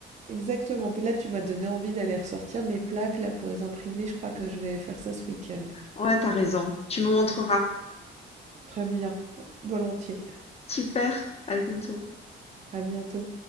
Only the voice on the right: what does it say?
exactement, puis là, tu m'as donné envie d'aller ressortir mes plaques, là, pour les imprimer, je crois que je vais faire ça ce week-end.
Très bien, volontiers.
À bientôt.